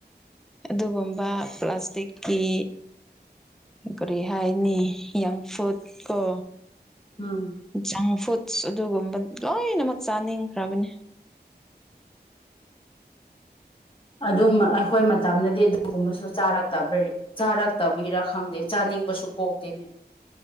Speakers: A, in the centre; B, on the left.
A: ꯑꯗꯨꯒꯨꯝꯕ ꯄ꯭ꯂꯥꯁꯇꯤꯛꯀꯤ ꯀꯔꯤ ꯍꯥꯏꯅꯤ ꯌꯪ ꯐꯨꯗ ꯀꯣ
B: ꯎꯝ
A: ꯖꯪ ꯐꯨꯗꯁ ꯑꯗꯨꯒꯨꯝꯕ ꯂꯣꯏꯅꯃꯛ ꯆꯥꯅꯤꯡꯈ꯭ꯔꯕꯅꯤ
B: ꯑꯗꯨꯝ ꯑꯩꯈꯣꯏ ꯃꯇꯝꯗꯗꯤ ꯑꯗꯨꯒꯨꯝꯕꯁꯨ ꯆꯥꯔꯛꯇꯕꯩ ꯆꯥꯔꯛꯇꯕꯒꯤꯔꯥ ꯈꯪꯗꯦ ꯆꯥꯅꯤꯡꯕꯁꯨ ꯄꯣꯛꯇꯦꯅꯦ